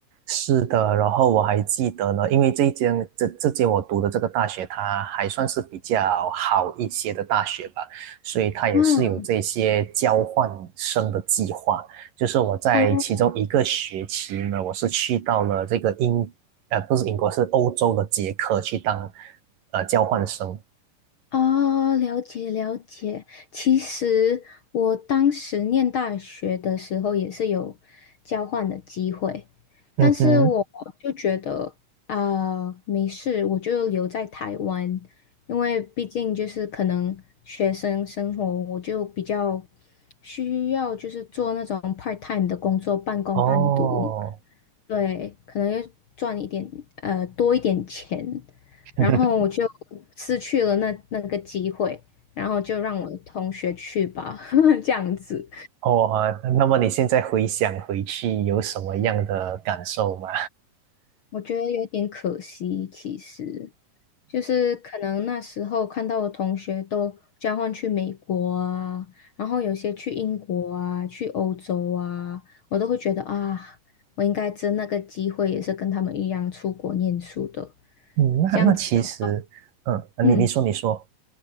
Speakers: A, on the right; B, on the left.
A: 是的，然后我还记得呢，因为这一间这这间我读的这个大学，它还算是比较好一些的大学吧，所以它也是有这些交换生的计划。
B: 哇
A: 就是我在其中一个学期呢，
B: 哦，
A: 我是去到了这个英，呃，不是英国，是欧洲的捷克去当呃交换生。
B: 哦，了解了解。其实我当时念大学的时候也是有交换的机会，
A: 嗯哼，
B: 但是我就觉得啊、没事，我就留在台湾，因为毕竟就是可能学生生活，我就比较需要就是做那种 part time 的工作，半工半读。
A: 哦，
B: 对，可能要赚一点呃多一点钱，然后我就
A: <laughs>
B: 失去了那那个机会，然后就让我的同学去吧，<laughs> 这样子，
A: 哦啊，那么你现在回想回去有什么样的感受吗？
B: 我觉得有点可惜。其实，就是可能那时候看到我同学都交换去美国啊，然后有些去英国啊，去欧洲啊，我都会觉得啊，我应该争那个机会，也是跟他们一样出国念书的，
A: 嗯，那那其实，
B: 这样子的话，
A: 嗯，
B: 嗯。
A: 你你说你说，